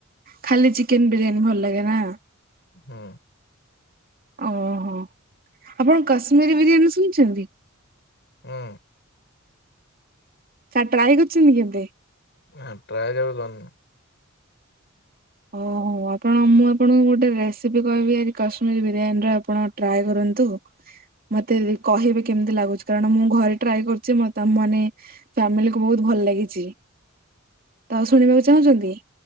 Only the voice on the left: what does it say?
ହୁଁ।
ହୁଁ।
ନାଁ ଟ୍ରାଏ କେବେ କରିନି।